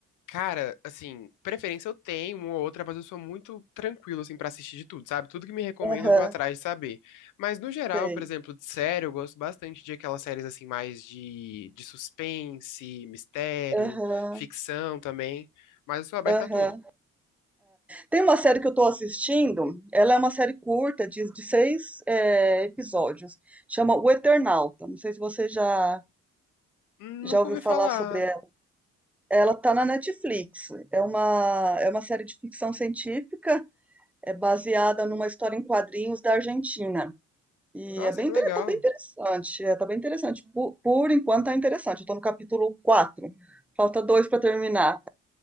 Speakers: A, on the left; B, in the centre.
A: Cara, assim, preferência eu tenho uma ou outra, mas eu sou muito tranquilo, assim, pra assistir de tudo, sabe? Tudo que me recomendo
B: Aham,
A: eu vou atrás de saber. Mas no geral,
B: tem.
A: por exemplo, de série, eu gosto bastante de aquelas séries, assim, mais de, de suspense, mistério,
B: Aham,
A: ficção também. Mas eu sou aberto
B: aham.
A: a tudo.
B: Tem uma série que eu estou assistindo, ela é uma série curta, de, de seis é, episódios, chama O Eternauta. Não sei se você já,
A: Hum,
B: já
A: Nunca
B: ouviu
A: ouvi
B: falar
A: falar.
B: sobre ela. Ela está na Netflix. É uma, é uma série de ficção científica, é baseada numa história em quadrinhos da Argentina. E
A: Nossa,
B: é bem,
A: que
B: inter-
A: legal.
B: tá bem interessante, é, tá bem interessante. Por, por enquanto tá interessante. Eu tô no capítulo 4. Falta dois para terminar.